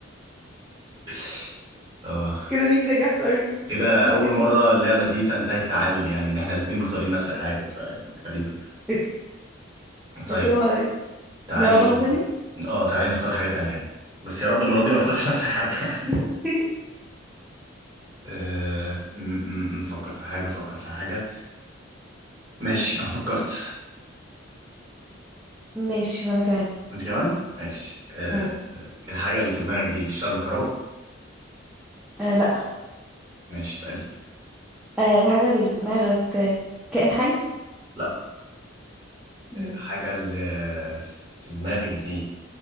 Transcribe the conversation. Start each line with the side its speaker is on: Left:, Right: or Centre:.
Right: <laughs> اه
Centre: كده مين نجح طيب
Right: كده
Centre: مين
Right: اول
Centre: كسب
Right: مرة اللعبة دي تنتهي بتعادل يعني ان احنا الاتنين مختارين نفس الحاجة فيعني غريبة
Centre: <laughs>
Right: طيب
Centre: يا سلام عليا
Right: تعالي
Centre: نلعبها تانية
Right: اه تعالي نختار حاجات تانية يعني بس يا رب المرة دي ما نختارش نفس الحاجة <laughs>
Centre: <laughs>
Right: أه... م- م- نفكر في حاجة فكر في حاجة ماشي أنا فكرت
Centre: ماشي وانا كمان
Right: وأنت كمان ماشي أه...
Centre: مم.
Right: آه، الحاجة اللي في دماغك دي تشتغل بالكهرباء
Centre: آه لا
Right: ماشي اسألي
Centre: آه الحاجة اللي في دماغك كائن حي
Right: لا
Centre: مم.
Right: الحاجة اللي في دماغك دي